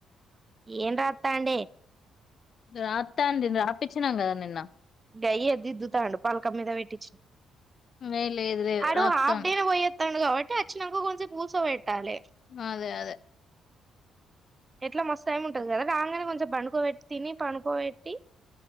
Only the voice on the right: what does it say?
ఏం రాస్తా అండి
గయ ఎ ద ఇద్దు తాండు పాలకం మీద పెట్టిచ్చిన
అడు
హాఫ్ డేనే పోయేస్తాండు కాబట్టి అక్షన్కో కొంచెం పూసో పెట్టాలి
ఎట్లా మస్త ఏమి ఉంటది కదా రాగానే కొంచెం పడుకోబెట్టి తిని పడుకోబెట్టి